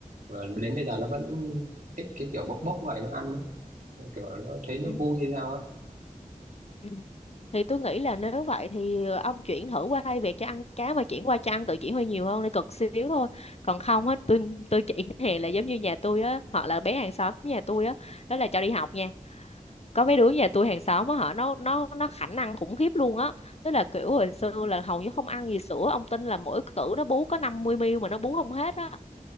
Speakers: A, on the right; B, on the left.
A: và đến bây giờ nó vẫn thích cái kiểu bốc bốc vậy nó ăn ấy. kiểu nó thấy nó
B: Ừ.
A: vui hay sao á
B: ừ. thì tôi nghĩ là nếu vậy thì ờ, ông chuyển thử qua thay vì cho ăn cá mà chuyển qua cho ăn tự chỉ huy nhiều hơn để cực xíu thôi còn không á tôi tôi chuyển <laughs> hè là giống như nhà tôi á họ là bé hàng xóm nhà tôi á đó là cho đi học nha có mấy đứa nhà tôi hàng xóm á họ nó nó nó khả năng khủng khiếp luôn á tức là kiểu hồi xưa là hầu như không ăn gì sữa ông tin là mỗi cữ nó bú có 50 ml mà nó bú không hết á